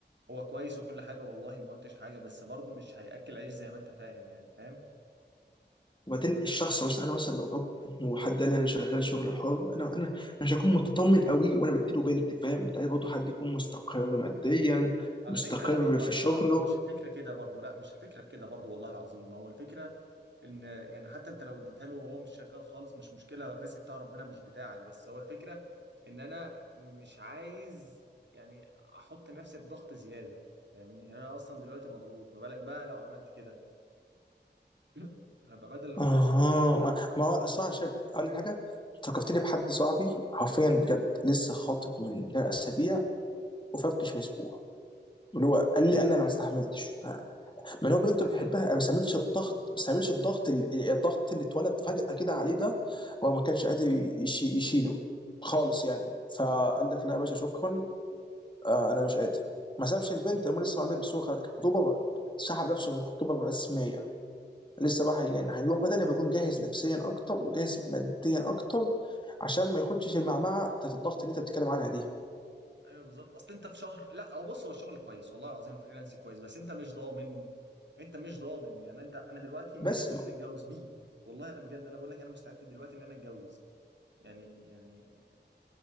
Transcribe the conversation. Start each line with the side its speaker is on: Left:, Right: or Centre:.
Right: هو كويس وكل حاجه والله ما قلتش حاجه بس برضه مش هياكل عيش زي ما انت فاهم يعني فاهم
Left: وبعدين الشخص مثلا انا مثلا لو اب وحد قال لي انا شغال شغل حر انا انا انا مش هكون مطمن قوي وانا بديله بنت فاهم انت عايز برضه حد يكون مستقر ماديا
Right: على
Left: مستقر
Right: فكرة لا هو
Left: في
Right: هو
Left: شغله
Right: هو مش الفكرة كده برضو لا مش الفكرة في كده برضو والله العظيم ما هو الفكرة ان يعني حتى انت لو اديتها له وهو مش شغال خالص مش مشكلة الرزق بتاع ربنا مش بتاعك بس هو الفكرة ان انا مش عايز يعني احط نفسي في ضغط زيادة فاهمني يعني انا اصلا دلوقتي مضغوط ما بالك بقى لو عملت كده <clears throat> هبقى بدل الراس
Left: اها
Right: راسين لا مسؤولية
Left: ما هو اصلا عشان اقول لك حاجه فكرتني بحد
Right: مم.
Left: صاحبي حرفيا بجد لسه خاطب من ده اسابيع وفركش من اسبوع اللي هو قال
Right: ليه
Left: لي قال
Right: بقى
Left: لي انا ما استحملتش من هو بنته
Right: ما استحملش
Left: بيحبها ما استعملش الضغط ما استعملش الضغط ال- الضغط اللي اتولد فجأة كده عليه ده هو ما كانش قادر يشي يشيله خالص يعني فقال لك لا يا باشا شكرا آه انا مش قادر ما سابش البنت هم لسه مع البنت بس هو خ- الخطوبة سحب نفسه من الخطوبة الرسمية لسه بقى هي- يعني هيروح بدني بيكون جاهز نفسيا اكتر وجاهز ماديا اكتر عشان ما يخدش المعمعة بتاعت الضغط اللي انت بتتكلم عنها دي
Right: ايوه بالظبط اصل انت في شهر لا هو بص هو الشغل كويس والله العظيم فريلانس كويس بس انت مش ضامن انت مش ضامن يعني انت انا دلوقتي ماشي
Left: بس
Right: ممكن اتجوز بيه والله انا بجد انا بقول لك انا مستعد دلوقتي ان انا اتجوز يعني يعني